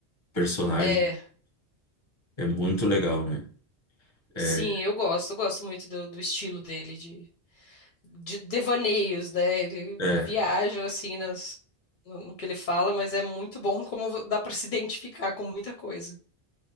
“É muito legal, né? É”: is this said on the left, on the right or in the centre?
Left